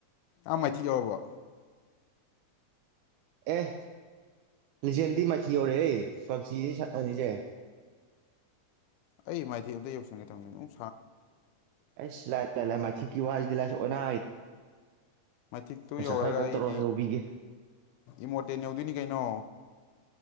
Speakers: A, on the left; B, on the right.
A: ꯑꯥ ꯃꯥꯏꯊꯤ ꯌꯧꯔꯕꯣ
B: ꯑꯦ ꯂꯤꯖꯦꯟꯗꯤ ꯃꯊꯤ ꯌꯧꯔꯛꯦ ꯄꯞꯖꯤꯗꯤ ꯁꯅꯤꯁꯦ
A: ꯑꯩ ꯃꯥꯏꯊꯤ ꯑꯝꯇ ꯌꯧꯁꯟꯒꯦ ꯇꯧꯅꯤꯅꯦ ꯅꯨꯡ
B: ꯑꯦꯁ ꯂꯥꯏꯂ ꯃꯥꯊ ꯀ ꯋꯥꯂ ꯑꯣꯅꯥ
A: ꯃꯥꯏꯊꯤꯛꯇꯨ ꯌꯧꯔꯒ
B: ꯈꯔ ꯀꯣꯛ
A: ꯑꯩꯗꯤ
B: ꯇꯧꯔ ꯌꯧꯕꯤꯒꯦ
A: ꯏꯃꯣꯔꯇꯦꯟ ꯌꯧꯗꯣꯏꯅꯤ ꯀꯩꯅꯣ